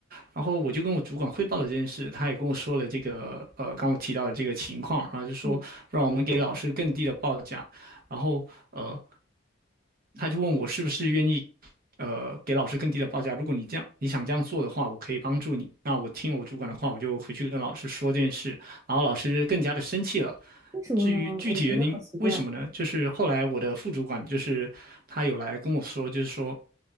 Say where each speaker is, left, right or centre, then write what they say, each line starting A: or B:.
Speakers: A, on the right; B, on the right.
A: 然后我就跟我主管汇报了这件事，他也跟我说了这个，呃，刚我提到的这个情况，然后就说，
B: 嗯，
A: 让我们给老师更低的报价。然后呃，他就问我是不是愿意呃给老师更低的报价。如果你这样你想这样做的话，我可以帮助你。那我听我主管的话，我就回去跟老师说这件事，然后老师更加的生气了。
B: 为什么呢？
A: 至于具体原因，
B: 我觉得好奇怪。
A: 为什么呢？就是后来我的副主管就是他有来跟我说，就是说。